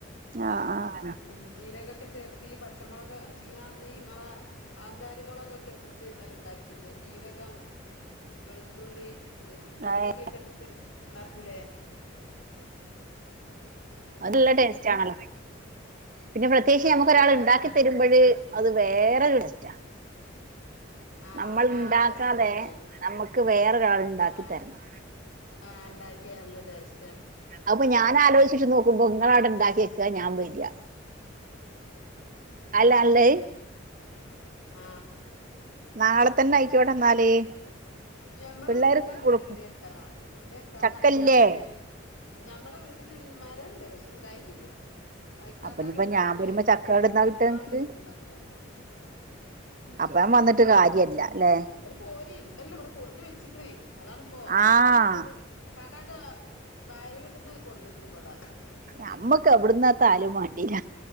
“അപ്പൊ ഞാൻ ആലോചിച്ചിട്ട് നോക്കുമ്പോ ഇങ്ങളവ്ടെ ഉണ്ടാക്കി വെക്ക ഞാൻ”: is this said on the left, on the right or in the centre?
Right